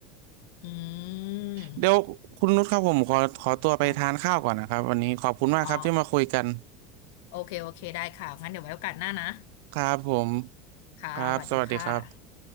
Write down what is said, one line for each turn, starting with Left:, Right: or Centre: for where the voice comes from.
Left: อืม
Right: เดี๋ยวคุณนุชครับผมขอขอตัวไปทานข้าวก่อนนะครับวันนี้ขอบคุณมากครับที่มาคุยกัน
Left: ค่ะอ๋อโอเคโอเคได้ค่ะงั้นเดี๋ยวไว้โอกาสหน้านะ
Right: ครับผม
Left: ค่ะสวัสดีค่ะ
Right: ครับสวัสดีครับ